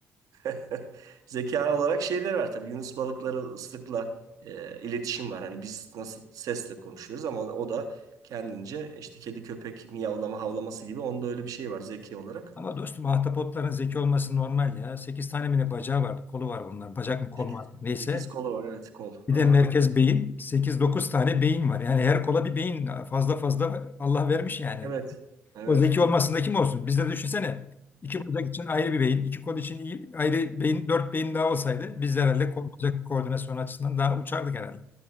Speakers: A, on the right; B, on the left.
A: <laughs> zeka olarak şeyler var tabii. Yunus balıkları ıslıkla e, iletişim var. Hani biz nasıl sesle konuşuyoruz ama o, o da kendince işte kedi köpek miyavlama havlaması gibi onda öyle bir şey var zeki olarak.
B: Ama dostum ahtapotların zeki olması normal ya. 8 tane mi ne bacağı vardı? Kolu var bunların. Bacak mı kol
A: Sekiz,
B: mu artık neyse.
A: sekiz kolu var evet kol.
B: Bir
A: Aha.
B: de merkez beyin. Sekiz dokuz tane beyin var. Yani her kola bir beyin fazla fazla Allah vermiş yani.
A: Evet. Evet.
B: O zeki olmasında
A: Dokuz.
B: kim olsun? Bizde de düşünsene. İki bacak için ayrı bir beyin, iki kol için iyi- ayrı beyin, dört beyin daha olsaydı biz de herhalde kol bacak koordinasyonu açısından daha uçardık herhalde.